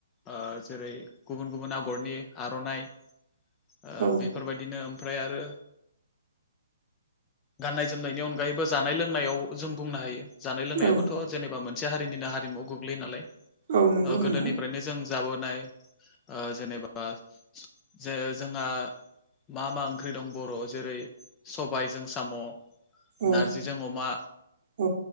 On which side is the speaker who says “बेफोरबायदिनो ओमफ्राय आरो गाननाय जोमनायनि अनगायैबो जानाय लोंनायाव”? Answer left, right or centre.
Left